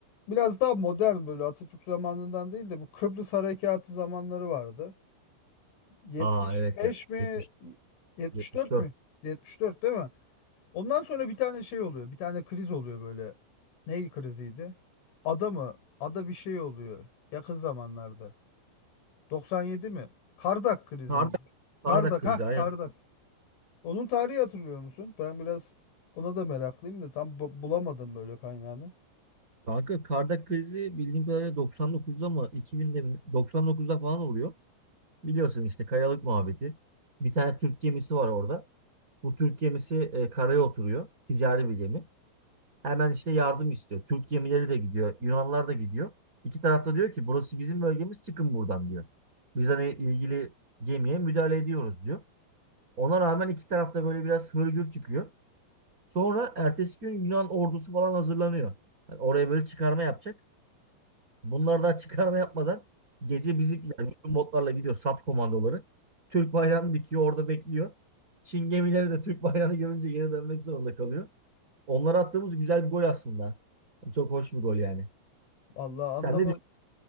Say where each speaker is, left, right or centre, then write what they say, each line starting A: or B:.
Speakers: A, on the left (about 70°); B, on the right (about 20°).
A: Biraz daha modern böyle Atatürk zamanından değil de bu Kıbrıs Harekatı zamanları vardı. 75
B: Aa evet ya.
A: mi?
B: 70,
A: 74
B: 74.
A: mü? 74 değil mi? Ondan sonra bir tane şey oluyor. Bir tane kriz oluyor böyle. Ney kriziydi? Ada mı? Ada bir şey oluyor yakın zamanlarda. 97 mi? Kardak krizi
B: Kardak,
A: mi?
B: Kardak
A: Kardak
B: krizi
A: ha
B: aynen.
A: Kardak. Onun tarihi hatırlıyor musun? Ben biraz ona da meraklıyım da tam bu- bulamadım böyle kaynağını.
B: Kanka Kardak krizi bildiğim kadarıyla 99'da mı 2000'de mi 99'da falan oluyor. Biliyorsun işte kayalık muhabbeti. Bir tane Türk gemisi var orada. Bu Türk gemisi e, karaya oturuyor. Ticari bir gemi. Hemen işte yardım istiyor. Türk gemileri de gidiyor. Yunanlar da gidiyor. İki tarafta diyor ki burası bizim bölgemiz çıkın buradan diyor. Biz hani ilgili gemiye müdahale ediyoruz diyor. Ona rağmen iki tarafta böyle biraz hırgür çıkıyor. Sonra ertesi gün Yunan ordusu falan hazırlanıyor. Yani oraya böyle çıkarma yapacak. Bunlar da çıkarma yapmadan gece bizimkiler bütün botlarla gidiyor sat komandoları. Türk bayrağını dikiyor orada bekliyor. Çin gemileri de Türk bayrağını görünce geri dönmek zorunda kalıyor. Onlara attığımız güzel bir gol aslında. Çok hoş bir gol yani.
A: Vallahi
B: Sen
A: anlama
B: ne düşünüyorsun?